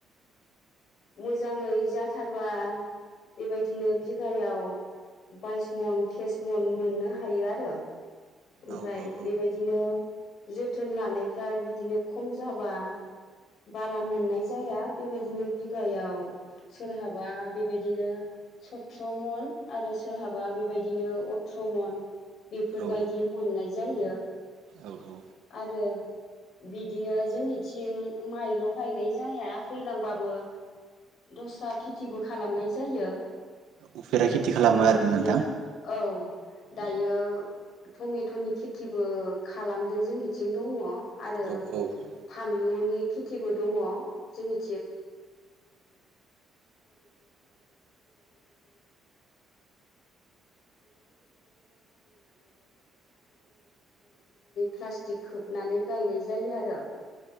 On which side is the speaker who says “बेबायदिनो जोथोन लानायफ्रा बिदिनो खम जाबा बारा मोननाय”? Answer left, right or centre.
Left